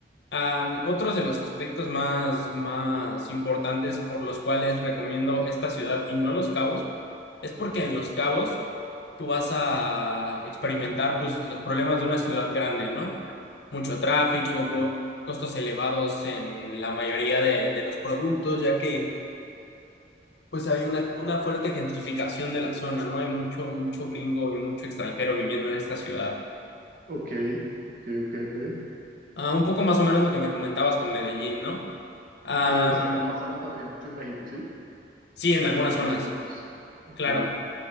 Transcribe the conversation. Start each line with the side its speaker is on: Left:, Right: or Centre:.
Left: Am, otros de los aspectos más, más importantes por los cuales recomiendo esta ciudad y no Los Cabos, es porque en Los Cabos tú vas a experimentar pues, los problemas de una ciudad grande, ¿no? Mucho tráfico, costos elevados en la mayoría de, de los productos, ya que pues hay una, una fuerte gentrificación de la zona, ¿no? Hay mucho, mucho gringo y mucho extranjero viviendo en esta ciudad.
Right: Ok, ok, ok, ok.
Left: Ah, un poco más o menos lo que me comentabas con Medellín, ¿no? Am,
Right: Sí, o sea, está pasando también mucho en México, ¿sí?
Left: sí, en algunas
Right: Por
Left: zonas,
Right: los costos. Ok.
Left: claro.